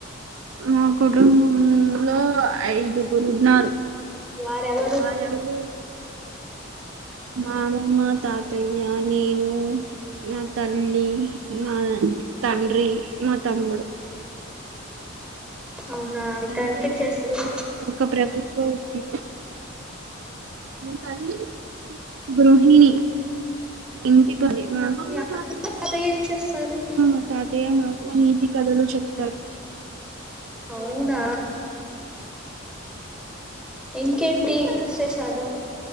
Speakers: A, on the right; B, in the centre.
A: మా కుటుంబంలో ఐదుగురు ఉన్నారు
B: వారెవరు
A: వారెవురూ మా నానమ్మ తాతయ్య నేను నా తల్లి నా తండ్రి మ తమ్ముడు
B: అవునా
A: మీ తండ్రి ఏంచేస్తారు
B: ఏం చేస్తారు
A: ఒక ప్రభుత్వవ్ ఉద్యోగి మీ తల్లి గృహిణిణీ మీ అమ్మమ్మ
B: మీ అత్తయ్య ఏం చేస్తారు
A: తాత ఆ తాతయ్య మాకు నీతీ కదలు చెబ్తారు
B: అవునా ఇంకేంటి విశేషాలు